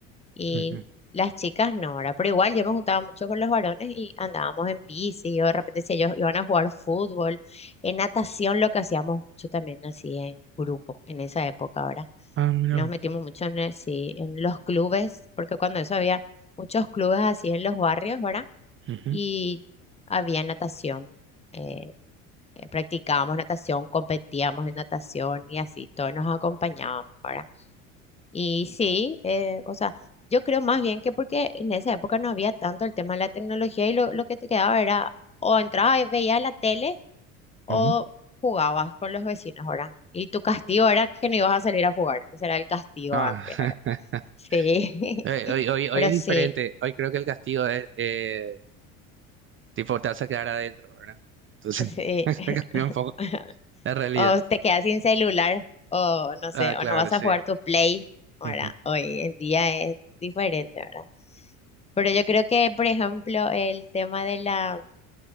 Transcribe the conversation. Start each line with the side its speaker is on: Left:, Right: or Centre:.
Left: Y
Right: Ujú.
Left: las chicas no, ¿verdad? Pero igual yo me juntaba mucho con los varones y andábamos en bici, o de repente si ellos iban a jugar fútbol, en natación lo que hacíamos mucho también así en grupo, en esa época, ¿verdad?
Right: Ah, mira.
Left: Nos metimos mucho en, el- sí, en los clubes, porque cuando eso había muchos clubes así en los barrios, ¿verdad?
Right: Ujú,
Left: Y había natación, eh, eh, practicábamos natación, competíamos en natación y así, todos nos acompañábamos, ¿verdad? Y sí, eh, o sea, yo creo más bien que porque en esa época no había tanto el tema de la tecnología y lo, lo que te quedaba era o entrabas y veías la tele o
Right: ujú.
Left: jugabas con los vecinos, ¿verdad? Y tu castigo era que no ibas a salir a jugar, ese era el castigo
Right: Ah,
Left: antes, ¿verdad?
Right: <laughs>
Left: Sí,
Right: eh,
Left: <laughs>
Right: hoy, hoy, hoy
Left: pero
Right: es diferente,
Left: sí,
Right: hoy creo que el castigo es, eh, tipo, te vas a quedar adentro, ¿verdad? Entonces,
Left: sí.
Right: <laughs> se cambió un poco
Left: <laughs>
Right: la realidad.
Left: O te quedas sin celular, o no sé,
Right: Ah, claro,
Left: o no vas
Right: sí.
Left: a jugar tu Play, ¿verdad?
Right: Ujú,
Left: Hoy el día es diferente, ¿verdad? Pero yo creo que, por ejemplo, el tema de la,